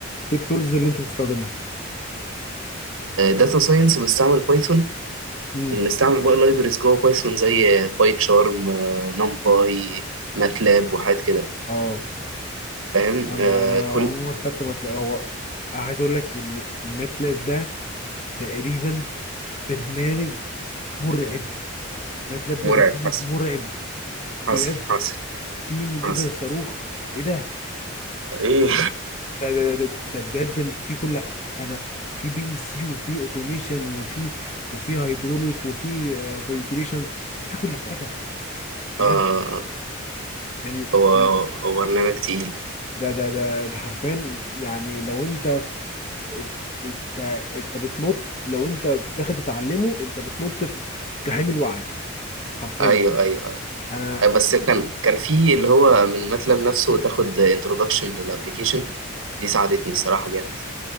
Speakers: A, on the left; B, on the right.
A: ايه التولز اللي انت بتستخدمها؟
B: داتا ساينس بستعمل بايثون
A: مم.
B: وبنستعمل بقى لايبرز جوه بايثون زي باي تشارم نمباي ماتلاب وحاجات كده
A: اه
B: فاهم
A: انا
B: آه، كل
A: عموما خدت ماتلاب هو عايز اقول لك ان ماتلاب ده تقريبا برنامج مرعب ماتلاب ده
B: مرعب
A: برنامج
B: حصل
A: مرعب بجد
B: حصل حصل
A: في من
B: حصل
A: ابر الصاروخ ايه ده
B: ايه
A: ده ده, ده, ده, ده بجد في كل انا في بي ال سي وفي اوتوميشن وفي وفي هيدروليك وفي فايبريشنز في كل حاجه
B: <laughs>
A: بجد
B: اه
A: يعني
B: هو
A: يعني
B: هو برنامج تقيل
A: ده ده ده ده حرفيا يعني لو انت في انت انت بتنط لو انت داخل تتعلمه انت بتنط في جحيم الوعي حرفيا
B: ايوه ايوه ايوه
A: انا
B: آه، بس كان كان في اللي هو من ماتلاب نفسه تاخد انتروداكشن للابلكيشن دي ساعدتني الصراحه جامد